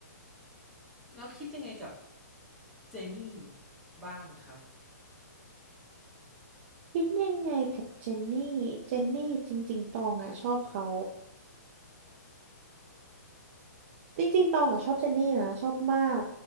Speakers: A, in the centre; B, on the right.
A: แล้วคิดยังไงกับเจนี่บ้างครับ
B: คิดยังไงกับเจนนี่เจนนี่จริงๆตองอ่ะชอบเขาจริงๆตองอ่ะชอบเจนนี่นะชอบมาก